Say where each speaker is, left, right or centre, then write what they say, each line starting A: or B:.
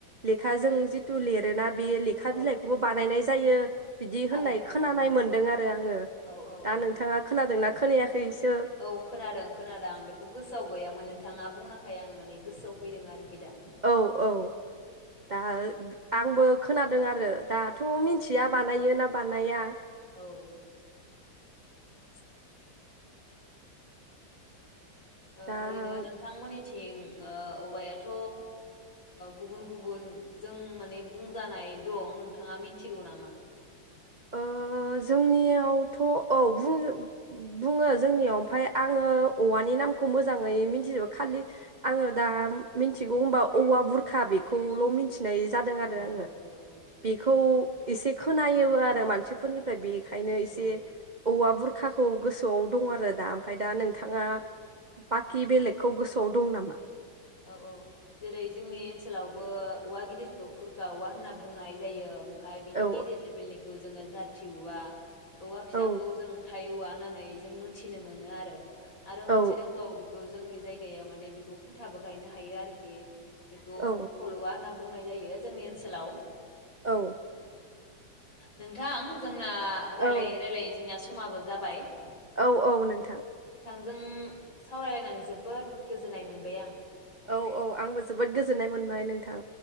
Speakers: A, on the right; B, on the left.
A: लेखाजों जिथु लिरोना बे लेखा
B: औ
A: बिलाइखौबो बानायनाय जायो बिदि
B: थारैनो
A: होननाय खोनानाय
B: थारैनो
A: मोनदों आरो आङो
B: औ औ
A: दा
B: औ
A: नोंथाङा खोनादों ना? खोनायाखै इसो
B: औ खोनादों खोनादों आं बेखौ गोसोआव गैयामोन नोंथाङा बुंनायखाय आङो माने गोसोआव फैदों आरोखि दा।
A: औ औ दा आंबो खोनादों आरो दाथ' मिथिया बानायो ना बानाया
B: औ
A: <inaudible>
B: ओ
A: दा
B: ओरैनो नोंथांमोननि थिं ओ औवायाथ' गुबुन गुबुन जों माने बुंजानाय दं नोंथाङा मिथिगौ नामा?
A: ओ जोंनियावथ' औ बुङो बुङो जोंनियाव ओमफाय आङो औवानि नामखौ मोजाङै मिथिजोबो खालि आङो दा मिथिगौ होनबा औवा बुरखा बेखौल' मिथि नाय जादों आरो
B: औ
A: आङो
B: औ औ
A: बेखौ एसेखौ नायोबो आरो मानसिफोरनिफ्राय बे ओंखायनो
B: औ
A: एसे औवा बुरखाखौ गोसोआव दं आरो दा ओमफ्राय दा
B: औ
A: नोंथाङा बाखि बेलेगखौ गोसोआव दं नामा?
B: औ औ जेरै जोंनि ओनसोलावबो औवा गिदिरखौ फुरखा औवा होनना बुंनाय जायो। ओमफ्राय बिनि
A: औ
B: गेजेर लेभेलनिखौ जोङो जाथि औवा औवा फिसाखौ
A: औ
B: जों थाय औवा होननानै जों मोनथिनो मोनो आरो। आरो मोनसे
A: औ
B: दंबावो बेखौ जोंनि जायगायाव माने मुथाबो गायनो हायो आरोखि बेखौ
A: औ
B: मखल'वा होनना बुंनाय जायो जोंनि ओनसोलाव।
A: औ
B: नोंथां जों ना
A: औ
B: रायलै रायलायो जोंनिया समाबो जाबाय।
A: औ औ नोंथां।
B: जों सावरायलायनानै जोबोद गोजोननाय मोनबाय आं।
A: औ औ आंबो जोबोद गोजोननाय मोनबाय नोंथां।